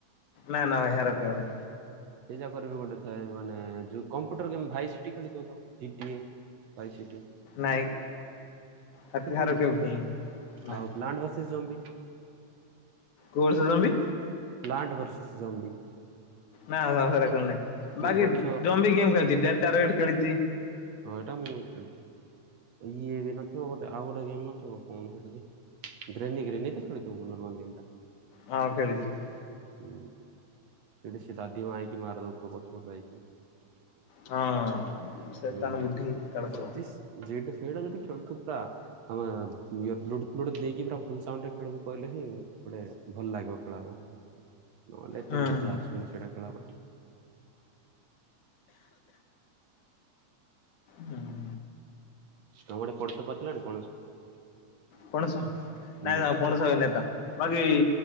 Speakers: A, on the left; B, on the right.
A: ନା ନା ଭାଇ ଏହାର ଖେଳନି।
B: ସେଇ ଜାକରେ ବି ଗୋଟେ ଥାଏ ମାନେ ଯଉ କମ୍ପୁଟର ଗେମ୍ ଭାଇ ସିଟି ଖେଳୁଥିବ ତ ଫିଟିଏ। ଭାଇ ସିଟି।
A: ନାଇଁ ତାତି
B: ଖେଳିଲୁ
A: ହାର କେ ବି ହେଇନି
B: ଆଉ
A: ନା?
B: ଲାଣ୍ଡ ଭସିସ୍ ଜୋନ୍ ବି।
A: କୋରସ ଜମ୍ବି?
B: Plant versus zombie.
A: ନା ସେ ନାଁ ବାକି
B: ଗଛ
A: ଜମବି ଗେମ୍ ଖେଳିଛି ଢ ଚୱେଟ ଖେଳିଛି?
B: ହଁ ଏଇଟା ମୁଁ ବୁଝିଛି ଇଏ ବି ନଥିବ ଗୋଟେ ଆଉ ଗୋଟେ ଗେମ୍ ନଥିବ? ଗ୍ରେନୀ ଗ୍ରେନୀ ତ ଖେଳ ନର୍ ଗେମଟା?
A: ହଁ ଖେଳିଛି।
B: ହୁଁ ସେଠି ସେ ଦାଦି ମା ହେଇକି ମାରିଦଉଥିବ ପଛପଟ ଯଇକି।
A: ହଁ
B: ହୁଁ।
A: ସେ ତାନ ଗୁଠି ଖେଳୁଥିବ।
B: ଯଦି ଯେଟା ସେଇଟା ଯଦି ଖେଳୁଥୁବ ପରା ଆମେ ଫ୍ଲୁର୍ଟ ଦେଇକି ପୁରା ଫଲରେ ଖେଳକୁ କହିଲେ ହିଁ ଗୋଟେ ଭଲ ଲାଗିବ ଖେଳନା? ନହେଲେ ଏତେ
A: ହୁଁ
B: ମଜା ଆସୁନି ସେଟା ଖେଳବା।
A: ହୁଁ
B: ତମ ଆଡ଼େ ପଡଶ ପାଚିଲାଣି ପଣସ।
A: କଣ ନାଇଁ
B: ହୁଁ
A: ନାାଇ କଣସ ନାଇଁତା ବାକି